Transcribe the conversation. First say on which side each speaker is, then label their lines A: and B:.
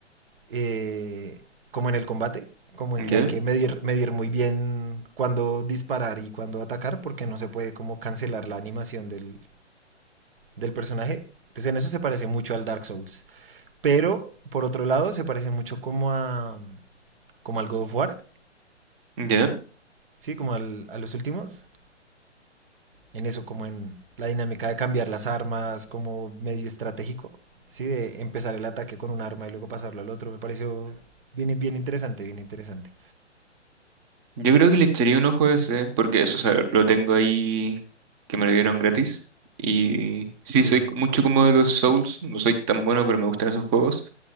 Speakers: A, on the right; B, on the right.
A: eh, como en el combate, como
B: ¿Ya?
A: en que hay que medir, medir muy bien cuándo disparar y cuándo atacar, porque no se puede como cancelar la animación del, del personaje. Entonces en eso se parece mucho al Dark Souls. Pero, por otro lado, se parece mucho como a como al God of War,
B: ¿Ya?
A: Sí, como al- a los últimos. En eso, como en la dinámica de cambiar las armas, como medio estratégico. Sí, de empezar el ataque con un arma y luego pasarlo al otro. Me pareció bien, bien interesante, bien interesante.
B: Yo creo que le echaría un ojo a ese, porque eso, o sea, lo tengo ahí que me lo dieron gratis. Y sí,
A: Sí.
B: soy mucho como de los Souls, no soy tan bueno, pero me gustan esos juegos.